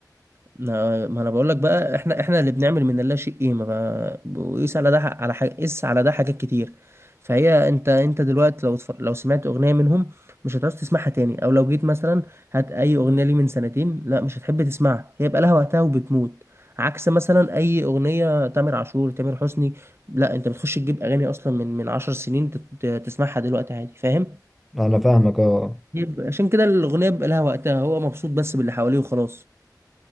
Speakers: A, on the right; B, in the centre.
A: ما ما انا بقول لك بقى احنا احنا اللي بنعمل من اللا شيء قيمه ف- وقيس على ده ح- على حاجه قيس على ده حاجات كتير فهي انت انت دلوقتي لو اتفر- لو سمعت اغنيه منهم مش هتعوز تسمعها تاني او لو جيت مثلا هات اي اغنيه لي من سنتين لا مش هتحب تسمعها هي بقى لها وقتها وبتموت عكس مثلا اي اغنيه تامر عاشور تامر حسني لا انت بتخش تجيب اغاني اصلا من من عشر سنين تت- ت- تسمعها دلوقتي عادي فاهم
B: انا فاهمك اه
A: يبقى عشان كده الاغنيه بقى لها وقتها هو مبسوط بس باللي حواليه وخلاص